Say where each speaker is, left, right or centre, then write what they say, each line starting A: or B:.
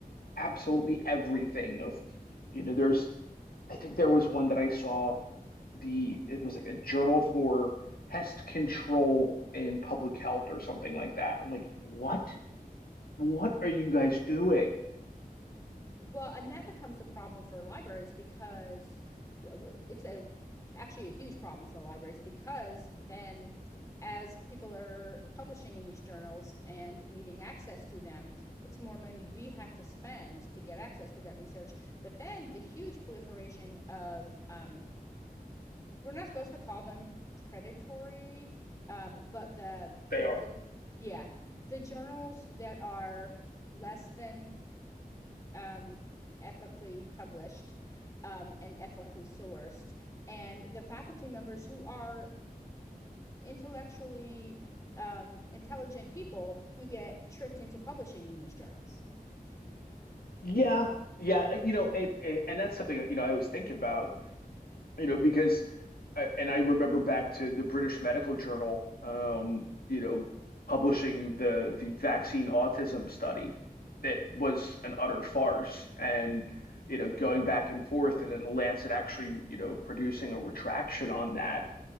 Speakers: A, on the left (about 70°); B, on the left (about 20°).
A: absolutely everything of you know, there's I think there was one that I saw the it was like a journal for pest control in public health or something like that. I'm like, what? What are you guys doing?
B: Well, and that becomes a problem for libraries because it's a actually a huge problem for libraries because then as people are publishing in these journals and needing access to them, it's more money we have to spend to get access to that research. But then the huge proliferation of, um, we're not supposed to call them predatory, um, but the,
A: They are.
B: the, yeah, the journals that are less than um, ethically published um, and ethically sourced, and the faculty members who are intellectually um, intelligent people who get tricked into publishing in these journals.
A: Yeah. Yeah. You know, and, and that's something, you know, I always think about you know, because, and I remember back to the British Medical Journal, um, you know, publishing the the vaccine autism study that was an utter farce, and you know, going back and forth, and then the Lancet actually, you know, producing a retraction on that,